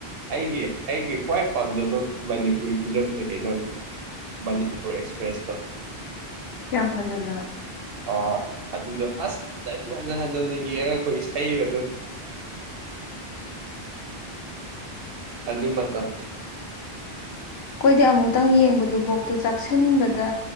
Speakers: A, on the right; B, on the left.
A: ꯑꯩꯒꯤ ꯑꯩꯒꯤ ꯈ꯭ꯋꯥꯏ ꯄꯥꯝꯖꯕ ꯃꯅꯤꯄꯨꯔꯤ ꯐꯤꯂꯝꯁꯦ ꯀꯩꯅꯣꯅꯦ ꯃꯅꯤꯄꯨꯔ ꯑꯦꯛꯁꯄ꯭ꯔꯦꯁ <unintelligible>
B: ꯀꯌꯥꯝ ꯐꯖꯗꯅ
A: ꯑꯥ ꯑꯗꯨꯗꯣ ꯑꯁ ꯍꯟꯖꯟ ꯍꯟꯖꯟ ꯍꯟꯖꯟꯅ ꯌꯦꯛꯉꯒ ꯏꯁꯩꯒꯗꯣ ꯑꯗꯨ ꯃ
B: ꯈꯣꯏꯗꯤ ꯑꯃꯨꯛꯇꯪ ꯌꯦꯡꯕꯗꯨꯕꯧꯇ ꯆꯥꯛꯁꯟꯕ ꯗ